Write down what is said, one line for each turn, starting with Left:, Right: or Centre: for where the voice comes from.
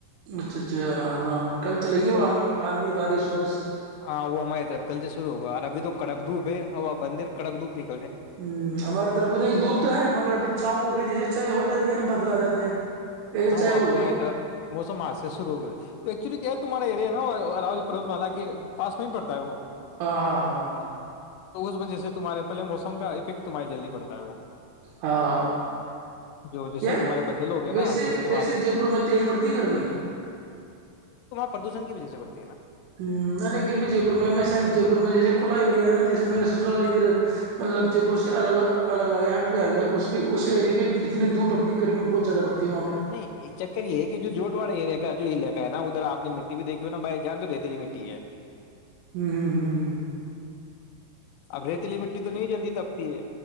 Right: اچھا اچھا ہاں کل چلے گی وہ آندھی آندھی بارش وارش
Left: ہاں وہ ہماری طرف کل سے شرو ہوگا اور ابھی تو کڑک دھوپ ہے ہوا بندر کک دپ ل
Right: ہ ہماریےرف تو نہیں ڈوبتا ہے مگر اب ا چاؤوں کی جیے اچھایا ہو جاتی ن بدلا جاتتے ہیں ایسے
Left: ہاں
Right: چائے
Left: وہ آپ
Right: ہو گئی
Left: میں موسم آ سے سرو ہو گ ایکچولی کیا ہے تمارا ایریا نا راولی پروت ملا کے پاس میں پڑتا ہے وہ
Right: ہاں ہاں ہاں ہاں
Left: تو اس وجہ سے تمہارے پہلے موسم کا افیکٹ تمہارے جلدی پڑتا ہے وہ
Right: ہاں ہاں
Left: جو جیسے
Right: یار
Left: تمہارے بدل ہو گیا نا
Right: ویسے
Left: اس کے
Right: ویسے
Left: بعد
Right: جے پور میں تیز پڑتی گرمی
Left: پردوش کی وجہ سےڑتا
Right: نہیں نہیں پھر بھی جے پور میں ص جے پور میں جیسے کھلا ایریا نا جیسے میر سسرال ادھر مطلب جے پور سے الگ الگ آ گیا ہٹ کے آ گیا اس پہ اس ایریے میں اتنیور پڑتی گرمی بہت زیادہ پڑتی ہے وہاں پہ
Left: نہیں ایک چکر یہ ہے کہ جو جوٹ والڑا ایریا جو لا ہے نا ادھر آپ مٹی بھی دیکھی ہو نا بائی جان تو ریتیلی مٹی ہے
Right: ہمم ہمم ہمم ہمم
Left: اب ریتیلی مٹی تو نہیں جلدی تپتی ہے